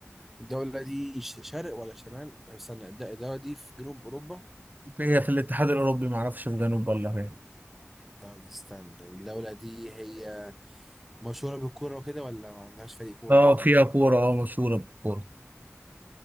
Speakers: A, in the centre; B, on the right.
A: الدولة دي ش- شرق ولا شمال؟ استنى الد- الدولة دي في جنوب أوروبا؟
B: هي في الاتحاد الأوروبي معرفش في جنوب ولا فين
A: طب استنى الدولة دي هي مشهورة بالكورة وكده ولا ما عندهاش فريق كورة
B: آه
A: عالمي؟
B: فيها كورة آه مشهورة بالكورة